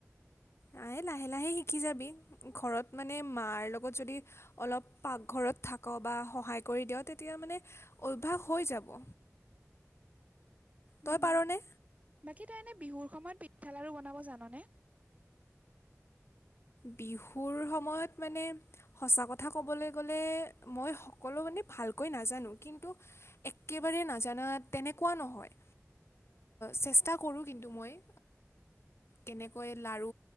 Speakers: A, on the left (about 50°); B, on the right (about 25°).
A: আ, লাহে লাহে শিকি যাবি ঘৰত মানে মাৰ লগত যদি অলপ পাকঘৰত থাক বা সহায় কৰি দিয়ওঁ তেতিয়া মানে অভ্যাস হৈ যাব।
B: উম,
A: তই পাৰনে?
B: বাকী তই এনে বিহুৰ সময়ত পিঠা লাড়ু বনাব জাননে।
A: বিহুৰ সময়ত মানে। সঁচা কথা ক'বলৈ গ'লে মই সকলো মানে ভালকৈ নাজানো কিন্তু। একেবাৰে নাজানা তেনেকুৱা নহয়। চেষ্টা কৰোঁ কিন্তু মই। কেনেকৈ লাাৰু